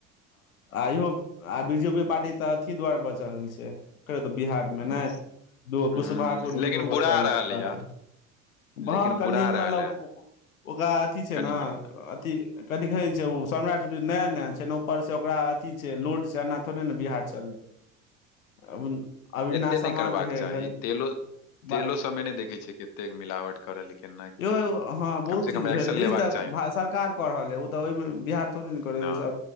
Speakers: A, on the left (about 85°); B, on the left (about 55°).
A: आ इहो आ बी जेे पी यो पार्टी तऽ अथी दुआरे बचल छै बिहार मे
B: हँ
A: नय दूगो
B: ह
A: कुशबा कुर्मी
B: लेकिन
A: पर
B: बुरा
A: बचल
B: रहलै
A: छै पार्टी
B: या
A: हँ
B: लेकिन
A: कनि
B: बुरा
A: मतलब
B: रहलै
A: ओकरा अथी छै
B: कनि
A: नऽ
B: मनि
A: अथी कथि कहै छै उ सम्राट चौधरी नया - नया छै नऽ ऊपर से ओकरा अथि छै लोड छै एना थोड़े नऽ बिहार चलतै अ अभी ना
B: एते नहि
A: समाज
B: करबाक
A: हे
B: चाही
A: एखन
B: तेलो
A: बार
B: तेलो सबमे नहि देखै छियै कतेक मिलावट करल केना की
A: यौ एगो हँ बहुत
B: कम से
A: चीज
B: कम
A: भेल
B: एक्शन लेबाक
A: इ तऽ
B: चाही
A: भा सर कार कऽ रहल य उ तऽ ओहिमे बिहार थोड़ि नऽ करै
B: ने
A: ओय सँ